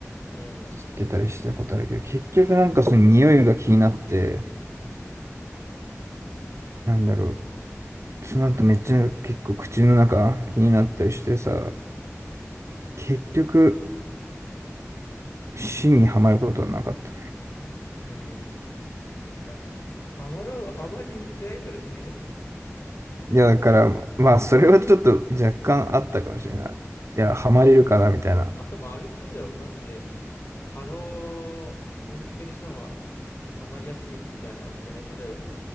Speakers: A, on the left; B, on the right.
A: うん。
B: してたりしたことあるけど、結局なんかその匂いが気になって、なんだろう、その後めっちゃ結構口の中気になったりしてさ、結局芯にはまることはなかった。
A: うん。まあ、ハマろう、ハマりに行ってないそれ。
B: いや、だから、まあ、それはちょっと若干あったかもしれない。いや、ハマれるかな、みたいな。
A: <laughs> あと、まあ、ある程度、マジで、過労をしてる人の方がは、ハマりやすいみたいなのあるんじゃない例えば、